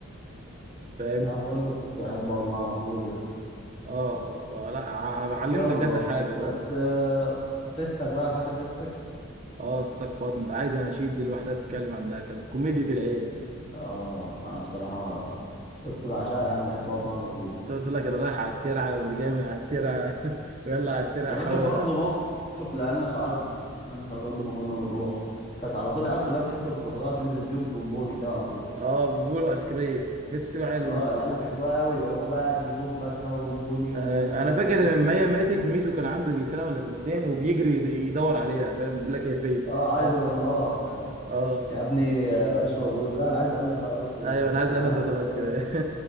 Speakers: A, on the right; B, on the left.
A: فاهم
B: انا بقول لك كنت احب اقعد معاه على طول يعني.
A: اه آه، آه، لا ع- علمنا
B: يلا
A: كذا حاجة برضه
B: بس آه، ستك بقى فاكر ستك
A: اه أصلك فاطمة ده عايز أناشيد دي لوحدها تتكلم عنها كانت كوميديا العيلة
B: اه انا بصراحه كنت بعشقها يعني بحب اقعد معاها على طول
A: تقول لك اللي رايح على الترعة واللي جاي من على الترعة <laughs> ويلا على الترعة
B: انت فاكر
A: حود
B: برضه
A: على-
B: موقف لأن سعاد أنا سعاد برضه ما كنا بنروح كانت على طول العيال كلها بتحب تروح لها عشان بتديهم بونبوني كده على طول
A: اه بيقولوا ايس كريم ما كانتش تسيب عيل
B: اه العيال بيحبوها قوي يروحوا بقى تجيب لهم فاكهه وبونبوني
A: آه،
B: وايس
A: انا فاكر
B: كريم
A: لما هي ماتت ميزو كان عنده يجي سنه ولا سنتين وبيجري يد- يدور عليها فاهم بيقول لك هي فين
B: اه عايز
A: اه
B: اروح لها يعني
A: آه.
B: يا ابني آه، معلش موجود لا انا عايز انا بتاع الايس كريم
A: ايوه انا عايز
B: يا
A: انا
B: عم
A: بتاعت العسكريه
B: خلاص